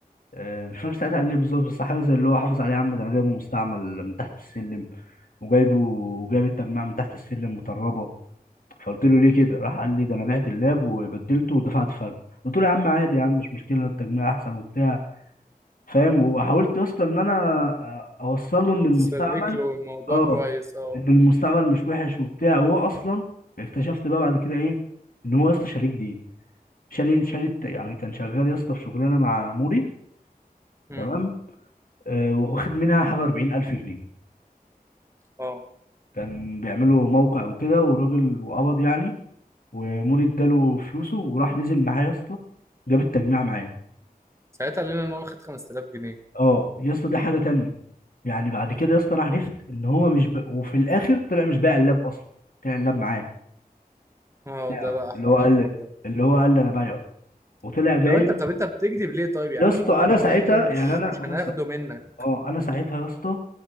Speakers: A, on the left; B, on the right.
A: آه، مش فاكر ساعتها قال لي إيه بالظبط بس حاجه زي اللي هو حافظ عليه يا عم ده انا جايبه مستعمل من تحت السلم وجايبه وجايب التجميع من تحت السلم مطربه فقلت له ليه كده راح قال لي ده انا بعت اللاب وبدلته ودفعت فرق قلت له يا عم عادي يا عم مش مشكله التجميع احسن وبتاع فاهم وحاولت يا اسطى ان انا آه، اوصل له ان المستعمل
B: تسلك له الموضوع
A: اه
B: كويس اه
A: ان المستعمل مش وحش وبتاع وهو اصلا اكتشفت بقى بعد كده ايه ان هو يا اسطى شاريه جديد شاري شاري الت- يعني كان شغال يا اسطى في شغلانه مع موري
B: امم
A: تمام آه، واخد منها حاجة أربعين ألف جنيه
B: اه
A: كان بيعملوا موقع وكده والراجل وقبض يعني ومولي اداله فلوسه وراح نزل معاه يا اسطى جاب التجميع معاه
B: ساعتها قال لنا ان هو واخد 5000 جنيه
A: اه يا اسطى دي حاجة تانية يعني بعد كده يا اسطى انا عرفت ان هو مش ب... وفي الاخر طلع مش بايع اللاب اصلا طلع اللاب معاه
B: اه
A: بتاعه
B: ده بقى حوار
A: اللي هو قال
B: اكبر ده
A: اللي هو قال لي انا بايعه وطلع جايب
B: لو انت طب انت بتكذب ليه طيب يا
A: يا
B: عم
A: اسطى
B: قول
A: انا
B: لنا
A: ساعتها
B: والله مش
A: يعني انا
B: مش
A: انا
B: هناخده
A: س...
B: منك
A: اه انا ساعتها يا اسطى